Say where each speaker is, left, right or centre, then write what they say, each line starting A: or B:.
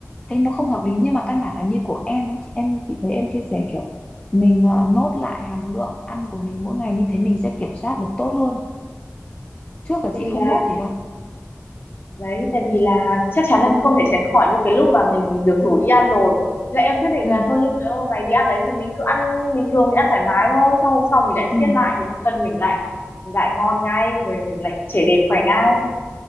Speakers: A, on the left; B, on the left.
A: thấy nó không hợp lý nhưng mà căn bản là như của em ấy chị em chị thấy em chia sẻ kiểu mình ờ, nốt lại hàm lượng ăn của mình mỗi ngày như thế mình sẽ kiểm soát được tốt hơn trước là
B: tại
A: chị
B: vì
A: không
B: là
A: nốt gì đâu
B: đấy tại vì là chắc chắn là không thể tránh khỏi những cái lúc mà mình được rủ đi ăn rồi Thế là em quyết định
A: ừ
B: là thôi những cái hôm ngày đi ăn đấy thì mình cứ ăn bình thường mình ăn thoải mái thôi xong hôm sau mình lại
A: ừ
B: siết lại thì nó cân mình lại mình lại ngon ngay người mình lại trẻ đẹp khỏe ngay